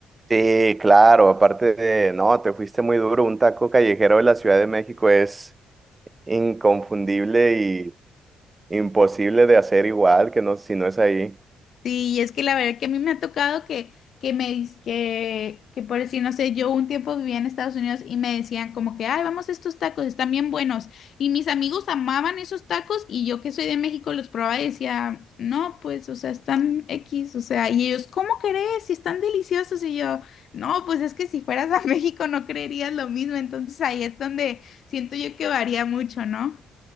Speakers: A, on the right; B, on the left.
A: Sí, claro, aparte de, no, te fuiste muy duro, un taco callejero de la Ciudad de México es inconfundible y imposible de hacer igual que no, si no es ahí.
B: Sí, y es que la verdad que a mí me ha tocado que, que me dis- que, que por decir, no sé, yo un tiempo vivía en Estados Unidos y me decían como que, ay, vamos a estos tacos, están bien buenos. Y mis amigos amaban esos tacos y yo que soy de México los probaba y decía, no, pues, o sea, están X, o sea, y ellos, ¿cómo crees? Si están deliciosos. Y yo, no, pues es que si fueras a <laughs> México no creerías lo mismo. Entonces ahí es donde siento yo que varía mucho, ¿no?